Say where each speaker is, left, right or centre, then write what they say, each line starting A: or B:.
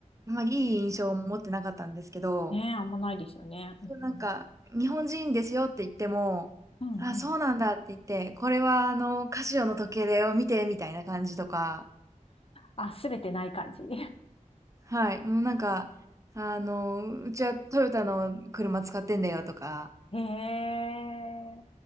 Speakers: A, on the right; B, on the left.
A: あんまりいい印象を持ってなかったんですけど、
B: ねえ、あんまないですよね。うん、
A: でもなんか、日本人ですよって言っても、
B: うん、
A: あ、
B: うんうん。
A: そうなんだって言って、これはあの、カシオの時計だよ、見て、みたいな感じとか、
B: あ、すべてない感じ。<laughs>
A: はい、もうなんか、あの、うちはトヨタの車使ってんだよとか、
B: へえ。